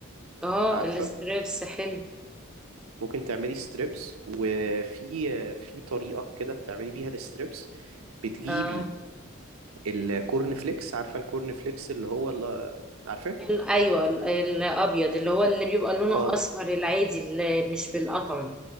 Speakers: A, in the centre; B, on the right.
A: اه
B: عارفه
A: الستريبس حلو
B: ممكن تعملي ستريبس وفي آه، في طريقه كده بتعملي بيها الستريبس بتجيبي
A: اه
B: الكورن فليكس عارفة الكورن فليكس اللي هو اللي عارفاه
A: ال- ايوه ال- الابيض اللي هو اللي بيبقى لونه
B: اه
A: اصفر العادي اللي مش بالقطن